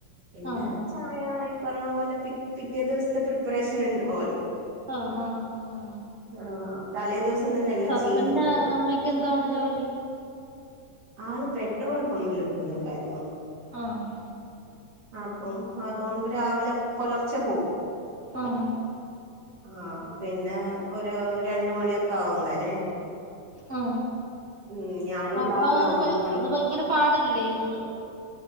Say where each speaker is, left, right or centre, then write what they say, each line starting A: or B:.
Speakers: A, on the right; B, on the right.
A: പിന്നെ
B: ആഹ് ആഹ്
A: ചായ പറഞ്ഞ പോലെ പിറ്റേ ദിവസത്തെ പ്രിപ്പറേഷൻ ഉണ്ടാവല്ലോ
B: ഹഹ ആഹ
A: ആഹ തലേ ദിവസം തന്നെ എല്ലാം
B: ഹസ്ബൻഡിന്റെ
A: ചെയ്തു വെക്കും
B: അമ്മയ്ക്ക് എന്താണ് ജോലി
A: ആള് പെട്രോൾ പമ്പില് പോകുന്നുണ്ടായിരുന്നു
B: ആഹ്
A: അപ്പം അതുകൊണ്ട് രാവിലെ പുലർച്ചെ പോകവും
B: ആഹ
A: ആ പിന്നെ ഒരു രണ്ട മണിയൊക്കെ ആവും വരാൻ
B: ആ
A: ഉം ഞാനും
B: അപ്പൊ
A: രാവിലെ
B: അത്
A: ഒമ്പത് മണി
B: അത് ഭയങ്കര പാടല്ലേ അത്